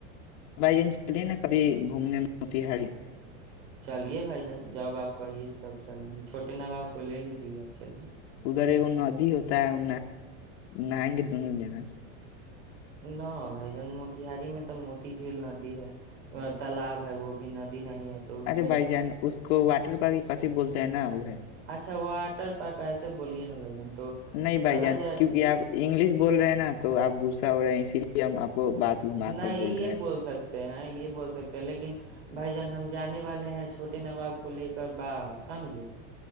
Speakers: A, on the left; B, on the right.
A: بھائی جن چلے نا کبھی گھومنے میں ہو ت ہاریی
B: چلیے بھائی جان جب آپ کہیے تب چلیں گے چھوٹے نواب کو لے لیجے گا چلیے
A: اگر وہ ندی ہوتا ہے وہ نائیں گے دونوں جنا
B: نہ بھ جان موتیہاری میں تو موتی جھیل ندی ہے تالاب ہے وہ بھی ندی نہیں ہے تو اس
A: ارے
B: میں
A: بھائی جان اس کو واٹر پر کافھی بولتا ہے نا وہ ہے
B: اچھا واٹ ٹر پارک آے بلیے نا بائی جان تو
A: نہیں بھائی
B: چلا
A: جان
B: جائے
A: کیوںکہ آپ انگلش بول رہے ہیں نا تو آپ گ رہ ہیں اس لی ہم کو بات گھما
B: نہیں
A: کر
B: یہ
A: رہے ہیں
B: بول سکتے ہیں یہ بول سکتے ہیں لیکن بھائی جان ہم جانے والے ہیں چھوٹے نواب کو لے کر باہر سمجے